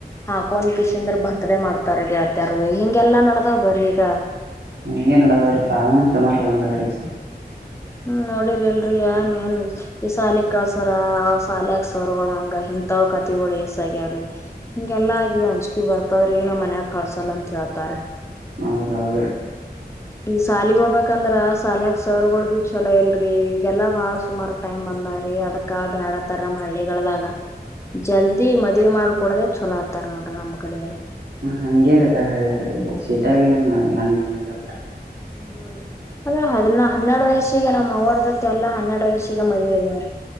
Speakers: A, on the left (about 15°); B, on the right (about 80°).
A: ಹಾಕೊಂದ ಪಿಶ ಅಂದ್ರ ಬರ್ ಮಡೆ ಮಾಡ್ತಾರ ಗೆಳ್ತಾರ ಹಿಂಗೆಲ್ಲಾ ನಡ್ದಾವ ಬರೀಗ
B: ಹಿಂಗೇನಾಡ್ ಕಾರಣ ಸೋಮವಾರ ಬಂದಾರ್ರೀ
A: ಹ್ಮ ನೋಡಿರಿ ಇಲ್ರಿ ಏನ್ ಏನ್ ಈ ಶಾಲಿ ಕಳ್ಸರ ಸಲ್ಯಾಗ ಸವರ್ಗಳ ಹಂಗ ಇಂತವ್ ಕತಿಗಳು ಎಸ್ಸ ಆಗ್ಯಾವ್ರಿ ಹಿಂಗೆಲ್ಲಾ ಆಗಿ ಹಂಚ್ ಅಕ್ಕಿ ಬರ್ತದ್ರ ಏನ ಮನ್ಯಾಗ ಕಳ್ಸಲ್ಲ ಅಂತ ಹೇತಾರೆ
B: ಹೌದೌದ್ರ
A: ಈಗ ಸಾಲಿಗೆ ಹೋಗ್ಬೇಕಂದ್ರ ಸಾಲಕ್ ಸರ್ಗಳು ಭ ಚಲೋ ಇಲ್ರರಿ ಈಗಲ್ಲಾ ಬಾಳ ಸುಮಾರು ಟೈಮ್ ಬಂದಾರೀ ಅದಕ್ಕ ಬೇಡ ತರ ಮಾಡ ಹಳ್ಳಿಗಳದಾಗ ಜಲ್ದಿ ಮದ್ವೆ ಮಾಡ್ಕ ಕೊಡದೇ ಚಛಲೋ ಆತ್ತಾರ ನೋಡ್ರಿ ನಮ್ಮ್ ಕಡೆಯರಿ
B: ಹ ಹಂಗೇ ರೀ ಕ ಹಳಿ ಕಡ ರೀ ಶೀಟಾಗ ಏನ್ವ ಹಂಗಲ್ರಿ
A: ಹ್ಮರಿ ಅ ಹದ್ ಹನ್ನೆರಡು ವಯಸ್ಸಿಗೆ ನಮ್ಮ್ ಅವರ ಆಗತ್ತೆ ಎಲ್ಲಾ ಹನ್ನೆಡು ವಯಸಿಗೆ ಮದುವ ಆಗವ್ರೀ